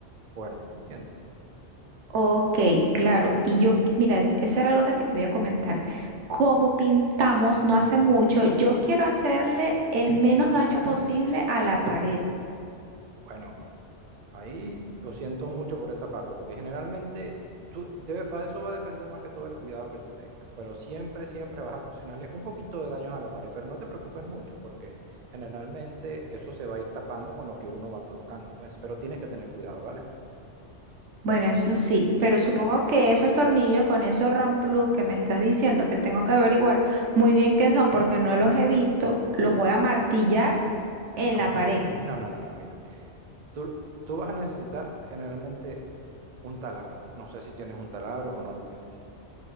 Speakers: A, on the right; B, on the right.
A: fuerte, ¿me entiendes?
B: Ok, claro. Y yo, mira, eso era algo que te quería comentar. Como pintamos no hace mucho, yo quiero hacerle el menos daño posible a la pared.
A: Bueno, Ahí lo siento mucho por esa parte, porque generalmente tú, debe- va, eso va a depender más que todo del cuidado que tú tengas, pero siempre, siempre vas a ocasionarle un poquito de daños a la pared, pero no te preocupes mucho, porque generalmente eso se va a ir tapando con lo que uno va colocando, ¿ves? Pero tienes que tener cuidado, ¿vale?
B: Bueno, eso sí, pero supongo que esos tornillos con esos RAM Plus que me estás diciendo que tengo que averiguar muy bien qué son porque no los he visto, los voy a martillar en
A: No,
B: la pared.
A: no, no, no, no, mira, tú, tú vas a necesitar generalmente un taladro, no sé si tienes un taladro o no lo tienes.